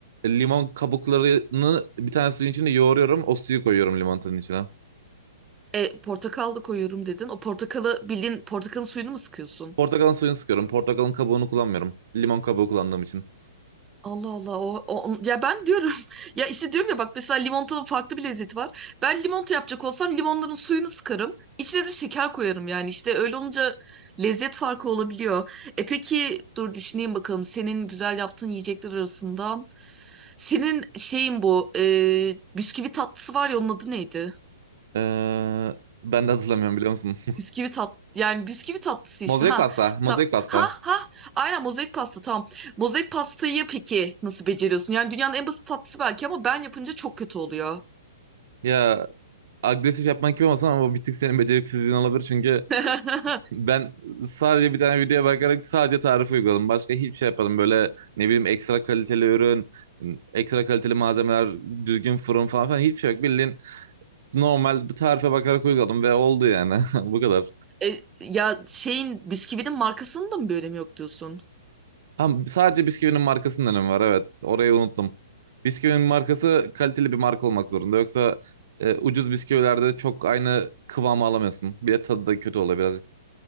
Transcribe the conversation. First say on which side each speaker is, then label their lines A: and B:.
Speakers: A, on the right; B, on the right.
A: limon kabuklarını bir tane suyun içine yoğuruyorum. O suyu koyuyorum limonatın içine.
B: E, portakal da koyuyorum dedin. O portakalı bildiğin portakalın suyunu mu sıkıyorsun?
A: Portakalın suyunu sıkıyorum. Portakalın kabuğunu kullanmıyorum. Limon kabuğu kullandığım için.
B: Allah Allah o, o- ya ben diyorum <laughs> ya işte diyorum ya bak mesela limonatanın farklı bir lezzeti var. Ben limonata yapacak olsam limonların suyunu sıkarım. İçine de şeker koyarım yani işte öyle olunca lezzet farkı olabiliyor. E peki dur düşüneyim bakalım senin güzel yaptığın yiyecekler arasından senin şeyin bu e, bisküvi tatlısı var ya onun adı neydi?
A: Ee, ben de hatırlamıyorum biliyor musun?
B: Bisküvi tat yani bisküvi tatlısı
A: <laughs>
B: işte
A: Mozaik
B: ha
A: pasta. Mozaik
B: ta,
A: pasta.
B: ha ha aynen mozaik pasta tamam. Mozaik pastayı peki nasıl beceriyorsun? Yani dünyanın en basit tatlısı belki ama ben yapınca çok kötü oluyor.
A: Ya agresif yapmak gibi olmasın ama bu bir tık senin beceriksizliğin olabilir. Çünkü
B: <laughs>
A: Ben sadece bir tane videoya bakarak sadece tarif uyguladım. Başka hiçbir şey yapmadım. Böyle ne bileyim ekstra kaliteli ürün, ekstra kaliteli malzemeler, düzgün fırın falan filan hiçbir şey yok. Bildiğin normal bir tarife bakarak uyguladım ve oldu yani. <laughs> Bu kadar.
B: E, ya şeyin bisküvinin markasının da mı bir önemi yok diyorsun?
A: Ama sadece bisküvinin markasının önemi var evet. Orayı unuttum. Bisküvinin markası kaliteli bir marka olmak zorunda. Yoksa e, ucuz bisküvilerde çok aynı kıvamı alamıyorsun. Bir de tadı da kötü oluyor. Biraz